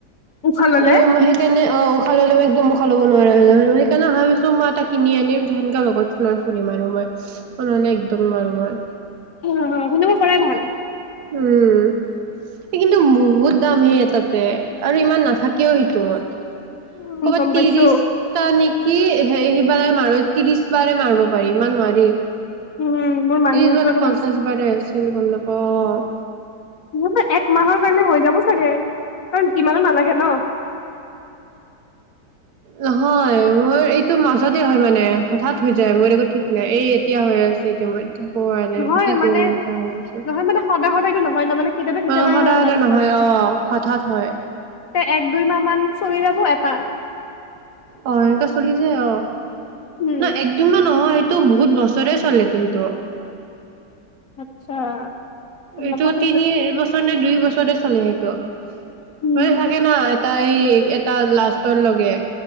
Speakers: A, on the left (about 60°); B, on the right (about 65°).
A: উশাহ ললে
B: সেই মই সেই তেনে অঁ উশাহ ল'লে মই একদম উশাহ ল'ব নোৱাৰা হৈ যাম। সেইকাৰণে ভাবিছোঁ মই এটা কিনি আনিম যেনকা লগত। লৈ ফুৰিম আৰু মই নহ'লে একদম নোৱাৰো মই।
A: অঁ-অঁ! সেনেকুৱাই কৰাই ভাল।
B: উম! এই কিন্তু বহুত দাম হে এটাতছ আৰু ইমান নাথাক কেও সেইটোত।
A: উম
B: ক'ৰবাত
A: গম
B: ত্ৰিছ
A: পাইছো
B: টা নেকি সি বাৰৰ মাৰৈ ত্ৰিছ বাৰে মাৰিব পাৰি ইমান নোৱাৰি।
A: উম। মোৰ মাহীহঁতৰো
B: ত্ৰিছ মানে পঞ্চাশ
A: আছে
B: বাৰেই আছিল নাপাওঁ অঁ।
A: মোৰটো এক মাহৰ কাৰণে হৈ যাব চাগে কাৰণ ইমানো নালাগে ন।
B: নহয় মোৰ এইটো মাজতে হয় মানে হঠাৎ হৈ যায় মোৰ একো ঠিক নাই। এই এতিয়া হৈ আছে এতিয়া মই একো হোৱা নাই
A: নহয়
B: এতিয়া কি কৰোঁ
A: মানে
B: উপায় নোহোৱা হৈছে।
A: নহয় মানে সদায় সদায়তো নহয় ন মানে কেতিয়াবা কেতিয়াবাই
B: অঁ সদায়-সদায়
A: হয় মাজে
B: নহয় অঁ। হঠাৎ হয়।
A: এই এক, দুই মাহ মান চলি যাব এটা।
B: অঁ! এনেকা চলিছে অঁ
A: উম
B: নহয় এক, দুইমাহ নহয় এইটো বহুত বস্তু <unintelligible> চলে তো সেইটো।
A: আচ্ছা গম
B: এইটো
A: নাপাও দেচোন
B: তিনি বছৰ নে দুই বছৰে চলে সেইটো।
A: উম
B: মানে থাকে না এটাত এই এটা লাষ্টৰ লৈকে।